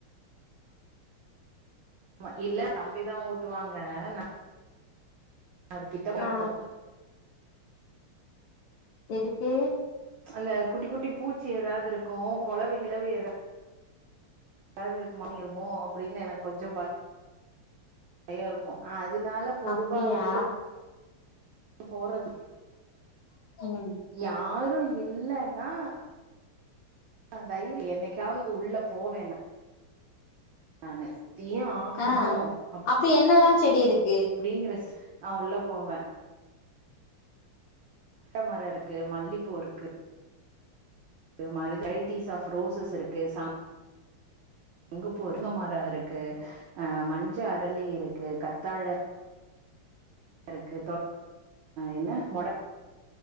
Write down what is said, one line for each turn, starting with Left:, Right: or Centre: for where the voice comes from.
Right: ஆமா இல்ல தம்பிதா ஊத்துவாங்க ந அது கிட்ட <unintelligible>
Left: ஆ
Right: கோ
Left: எதுக்கு
Right: அந்த குட்டி குட்டி பூச்சி எதாவ்து இருக்கம் கொளவி கிழவி எதா தாவுதுருக்கமாமி இருமோ அப் அப்டினு எனக்கு கொஞ்சோ ப பயோருக்கு ஆ அது இதுனால பொதுவா
Left: அப்டியா
Right: அதுக்குள்ள ப்ப போறது
Left: ம்
Right: யார் ரு இல்லனா ஆ தைரி என்னைக்காவது உள்ள போவேன நானு தியே ஆகணு
Left: ஆ
Right: அப்
Left: அப்ப என்னெல்லா செடி இருக்
Right: அப்டிங்கறெஸ்டு அவ உள்ள போவே அரச மர இருக்கு மல்லிப்பூ இருக்கு இது மாரி வெரைட்டிஸ் ஆஃப் ரோஸஸ் இருக்கு சங் அங்குப்புூ உருங்கமரா இருக்கு ஆ மஞ்ச அரளி இருக்கு கத்தாழ இருக்கு என்ன மொட